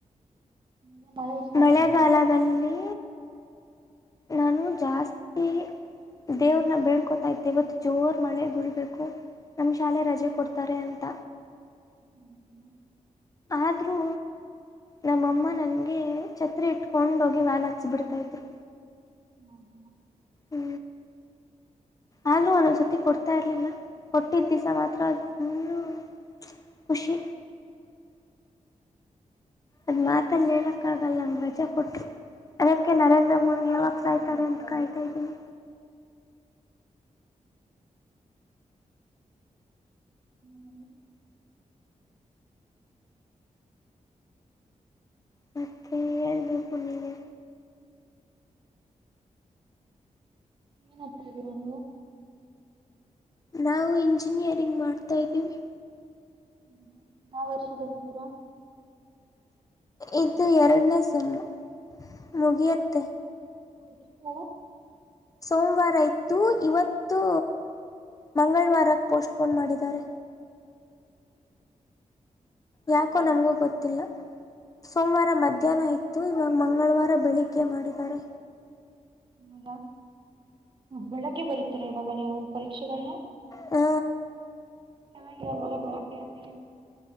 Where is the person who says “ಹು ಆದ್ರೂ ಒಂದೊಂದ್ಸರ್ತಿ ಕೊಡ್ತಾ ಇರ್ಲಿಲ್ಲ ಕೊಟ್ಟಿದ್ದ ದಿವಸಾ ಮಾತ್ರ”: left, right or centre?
Left